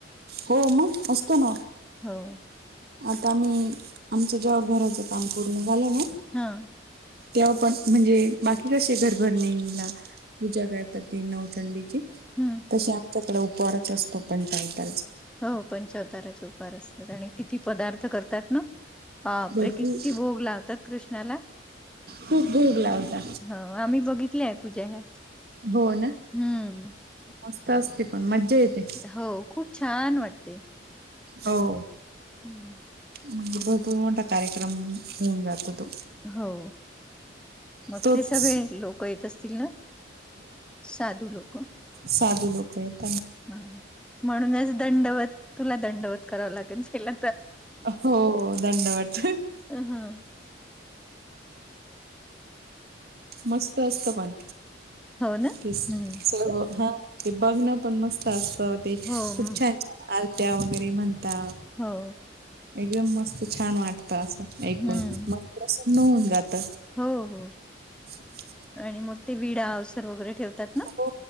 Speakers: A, on the right; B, in the centre.
A: हो म, असतो ना.
B: हो.
A: आता आम्ही, आमच जेव्हा घराच काम पूर्ण झालं ना,
B: ह.
A: तेव्हा पण, म्हणजे बाकी कसे घरभरणीला पूजा करतात ती नवचंडीची,
B: हम्म
A: तशी आमच्याकडे उपहारच असतो पंचवताराचा.
B: हो पंचवताराचे उपार असतात, आणि किती पदार्थ करतात ना. बापरे,
A: भरपूर
B: किती भोग लावतात कृष्णाला.
A: खूप भोग लावता
B: हो, आम्ही बघितलेय पूजा ह्या.
A: हो ना
B: हम्म
A: मस्त असते पण मज्जा येते
B: हो खूप छान वाटते
A: हो
B: हम्म.
A: म्हणजे भरपूर मोठा कार्यक्रम होऊन जातो तो
B: हो मग
A: तोच
B: ते सगळे लोक येत असतील ना साधू लोक
A: साधु लोक वेत
B: ह म्हणूनच दंडवत तुला दंडवत करावं लागेलला
A: हो दंडवत
B: हा
A: मस्त असत पण
B: हो ना
A: ते स
B: हम्म
A: हा ते बघणं पण मस्त असत ते खूप
B: हो हम्म.
A: छान छान आर्त्या वगैरे म्हणता
B: हो
A: एकदम मस्त छान वाटत असं ऐकून
B: हम्म
A: मस्स नऊन जात.
B: हो हो
A: <inaudible>
B: आणि मग ते विडा अवसर वगैरे ठेवतात ना
A: हो